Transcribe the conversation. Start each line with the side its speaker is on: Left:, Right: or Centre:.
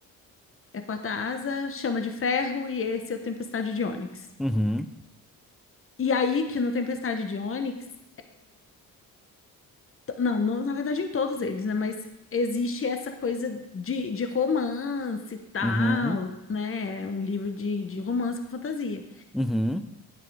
Left: é Quarta Asa, Chama de Ferro e esse é o Tempestade de Ônix.
Centre: Uhum.
Left: E aí que no Tempestade de Ônix Não, no- na verdade, em todos eles, né? Mas existe essa coisa de, de romance e tal,
Centre: Uhum.
Left: né? Um livro de, de romance com fantasia.
Centre: Uhum.